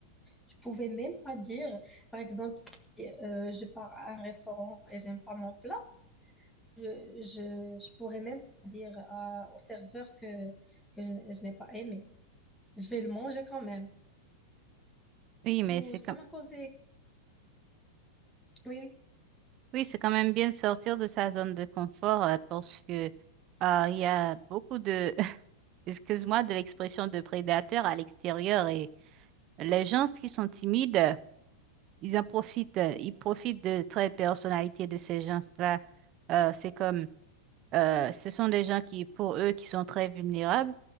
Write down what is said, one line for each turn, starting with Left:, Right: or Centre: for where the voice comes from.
Centre: Je pouvais même pas dire, par exemple, si euh, je pars à un restaurant et j'aime pas mon plat, je, je, je pourrais même pas dire à- au serveur que, que je, je n'ai pas aimé. Je vais le manger quand même.
Right: Oui, mais
Centre: Oh,
Right: c'est
Centre: ça
Right: comme
Centre: m'a causé. Oui,
Right: Oui, c'est quand même bien de sortir de sa zone de confort euh, parce que euh, il y a beaucoup de, <laughs> excuse-moi, de l'expression de prédateurs à l'extérieur et les gens qui sont timides, euh, ils en profitent, euh, ils profitent de traits de personnalité de ces gens-là. Euh, c'est comme, euh, ce sont des gens qui, pour eux, qui sont très vulnérables